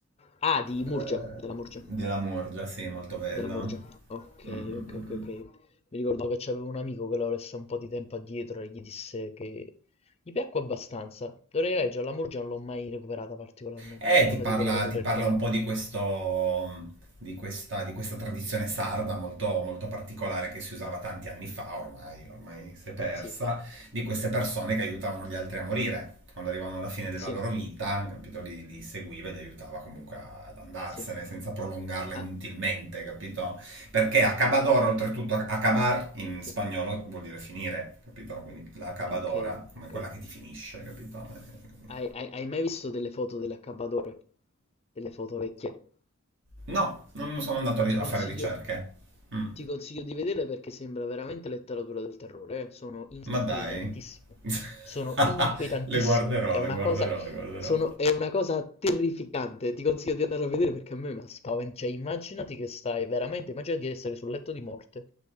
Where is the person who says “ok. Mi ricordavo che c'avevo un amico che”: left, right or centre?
Left